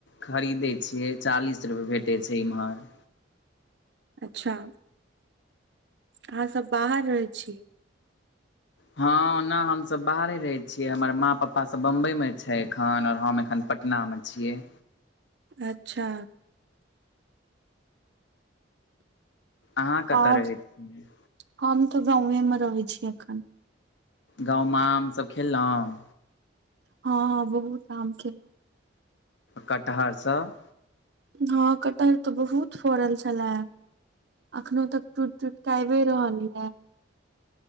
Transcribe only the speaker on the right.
अच्छा अहाँ सब बाहर रहय छी
अच्छा
आओर
हम तऽ गाँउएँ में रहै छी एखन
ह ह बहुत आम खेल
हँ कटहर तऽ बहुत फड़ल छलए अखनो तक टूट टूट केऽ आइबेरहल ये